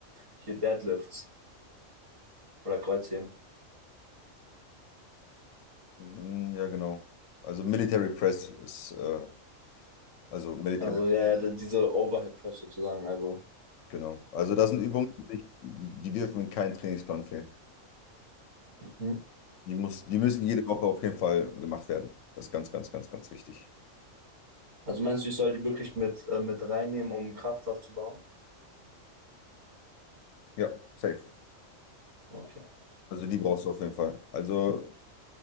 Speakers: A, on the right; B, on the left.
A: hier Deadlifts oder Kreuzheben.
B: Mm, Ja, genau. Also Military Press ist, äh, also Military,
A: Also ja, ja, diese Overhead Press sozusagen. Also,
B: genau. Also das sind Übungen, die, die dürfen in keinen Trainingsplan fehlen.
A: mhm.
B: Die muss, die müssen jede Woche auf jeden Fall gemacht werden. Das ist ganz, ganz, ganz, ganz wichtig.
A: also meinst du, ich soll die wirklich mit, äh, mit reinnehmen, um Kraft aufzubauen?
B: Ja, safe.
A: Okay.
B: Also die brauchst du auf jeden Fall. Also,